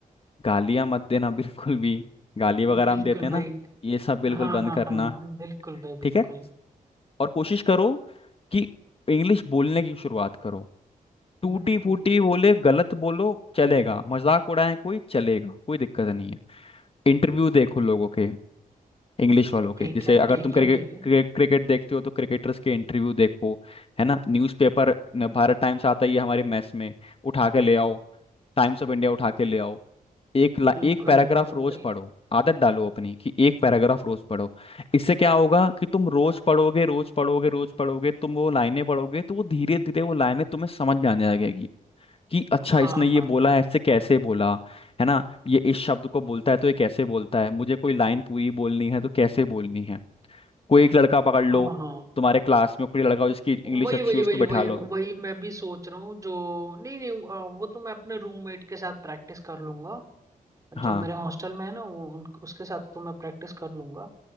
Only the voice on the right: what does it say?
बिल्कुल
भाई
हाँ
हाँ
हाँ बिल्कुल भाई
बिल्कुल
हम्म,
ठीक
है
ठीक
है ठीक है
बिल्कुल
बिल्कुल
भाई
हाँ
हाँ
हाँ
हाँ हाँ
वही
वही
वही
वही
वही मैं भी सोच रहा हूँ जो नहीं नहीं अ, वो तो मैं अपने रूममेट के साथ प्रैक्टिस कर लूंगा जो
मेरे हॉस्टल में है ना वो उन, उसके साथ तो मैं प्रैक्टिस कर लूंगा